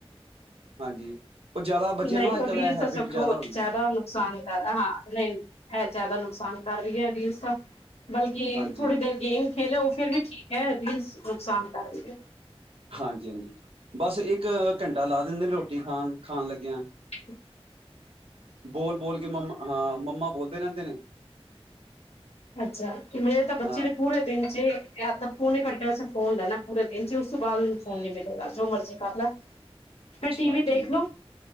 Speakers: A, on the right; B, on the left.
A: ਹਾਂਜੀ ਉਹ ਜ਼ਿਆਦਾ ਬੱਚਿਆਂ
B: ਨਹੀਔਰ
A: ਨੂੰ ਅੱਜ ਕੱਲ੍ਹ
B: ਇਹ ਤਾਂ
A: ਹੈਬਿਟ
B: ਸਭ ਬਹੁਤ
A: ਹੋ ਗਈ
B: ਜ਼ਿਆਦਾ ਨੁਕਸਾਨ ਹਾਂ ਨਹੀਂ ਇਹ ਜ਼ਿਆਦਾ ਨੁਕਸਾਨ ਕਰ ਰਹੀ ਹੈ। ਰੀਲ ਦਾ ਬਲਕਿ
A: ਹਾਂਜੀ
B: ਥੋੜ੍ਹੀ
A: ਹਾਂਜੀ
B: ਦੇਰ ਗੇਮ ਖੇਲੇ ਉਹ ਫੇਰ ਵੀ ਠੀਕ ਹੈ। ਰੀਲ ਨੁਕਸਾਨ ਕਰ ਹੈ।
A: ਹਾਂਜੀ ਹਾਂਜੀ ਬਸ ਇੱਕ ਘੰਟਾ ਲਾ ਦਿਦੇ ਨੇ ਰੋਟੀ ਖਾਣ- ਖਾਣ ਲਗਿਆ
B: <unintelligible>
A: ਬੋਲ ਬੋਲ ਕੇ ਮੰਮਾ ਹਾਂ ਮੰਮਾ ਬੋਲਦੇ ਰਹਿਦੇ ਨੇ
B: ਅਛਾ ਮੇਰੇ ਤਾਂ ਬੱਚੇ
A: ਹਾਂ
B: ਨੇ ਪੂਰੇ ਦਿਨ 'ਚ ਘਟਿਆਂ 'ਚ ਫੋਨ ਲੈਣਾ ਪੂਰੇ ਦਿਨ 'ਚ ਉਸ ਤੋਂ ਬਾਅਦ ਨੂੰ ਫੋਨ ਨੀ ਮਿਲੇਗਾ ਜੋ ਮਰਜ਼ੀ ਕਰ ਲੈ
A: ਅੱਛਾ
B: ਫਿਰ ਟੀ ਵੀ
A: ਠੀਕ
B: ਦੇਖ ਲੋ